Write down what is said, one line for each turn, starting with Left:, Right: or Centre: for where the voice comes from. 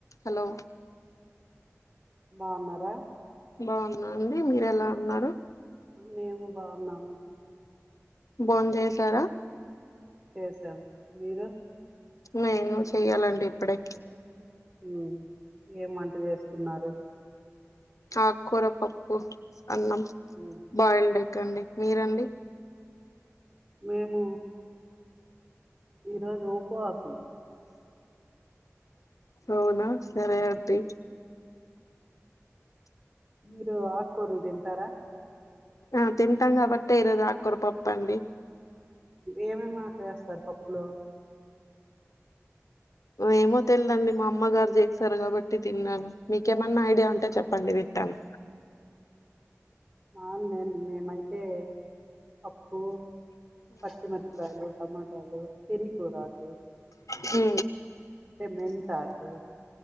Left: Hello
Right: బావున్నారా
Left: బాగున్నా అండి మీరెలా ఉన్నారు
Right: మేము బావున్నాము
Left: భోం చేసారా
Right: చేసాము, మీరు
Left: నేను చెయ్యాలండి ఇప్పుడే
Right: ఉమ్ ఏం వంట చేసుకున్నారు
Left: ఆక్కూర పప్పు అన్నం
Right: ఉమ్,
Left: బాయిల్డ్ ఎగ్ రండి మీరండి
Right: మేము ఈరోజు ఉపవాసం
Left: అవునా సరే అంటి
Right: మీరు ఆక్కూరలు తింటారా
Left: ఆ తింటాం కాబట్టే ఇరోజు ఆకూర పప్పండి
Right: ఏమేమాకులేస్తారు పప్పులో
Left: ఏమో తెలిదండి మా అమ్మగారు చేసారు కాబట్టి తిన్నాను మీకేమన్నా ఐడియా ఉంటే చెప్పండి వింటాను
Right: అ నేన్ మేమైతే పప్పు పచ్చి మిరపకాయలు టమాట రాలు శరి కో రాలు
Left: హు
Right: మెంతాకు